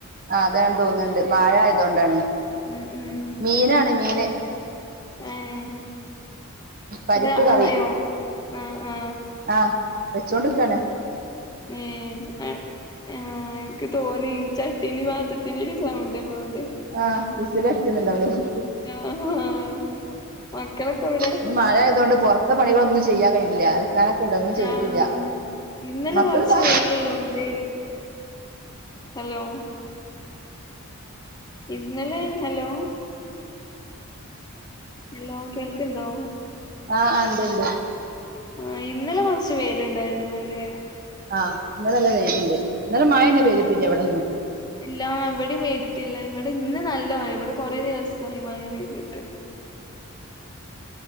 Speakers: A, on the right; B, on the left.
A: ആഹ് അതാണ് തോന്നുന്നുണ്ട് മഴ ആയത് കൊണ്ടാണ്,
B: ഉം ഉം
A: മീനാണ് മീന്
B: ഏഹ്
A: പരിപ്പ്
B: ഇത്
A: കറി
B: ആയോ ആ ആ
A: ആഹ് വെച്ചോണ്ടിരിക്കാണ്
B: ഏഹ് ആ എനിക്ക് തോന്നി ചട്ടീന്റെ പാത്ര ത്തിന്റിം സൗണ്ട്ല്ലോണ്ട്
A: ആഹ് ഫിസില് അടിക്കുന്നുണ്ടാവുലേ മം
B: ആഹ് മക്കളൊക്കെ എവിടെ
A: ഇന്ന് മഴയതുകൊണ്ട് പുറത്ത് ഇപ്പോ പണികളൊന്നും ചെയ്യാൻ കഴിയില്ല. അലക്കാനൊക്കെ ഉണ്ട് അതോന്നും ചെയ്തിട്ടില്ല,
B: ആഹ് ഇന്നലെ
A: മക്കള്
B: കൊറച്ച്
A: താ
B: വെയിലുള്ളോണ്ട് ഹലോ ഇന്നലെ, ഹലോ ഹലോ കേൾക്ണ്ടോ?
A: ആഹ് ഉണ്ട് ഉണ്ട്
B: ആഹ് ഇന്നലെ കുറച്ച് വെയിലുണ്ടായിരുന്നു അല്ലെ?
A: ആഹ് ഇന്നലെ നല്ല വെയിലുണ്ട്. ഇന്നലെ മഴന്നെ
B: മം.
A: പെയ്തിട്ടില്ല ഇവിടൊന്നും
B: ഇല്ല ഇവിടെയും പെയ്തിട്ടില്ല ഇവിടെ ഇന്ന് നല്ല മഴ ഇവിടെ കുറെ ദിവസമായി മഴ പെയ്തിട്ട്.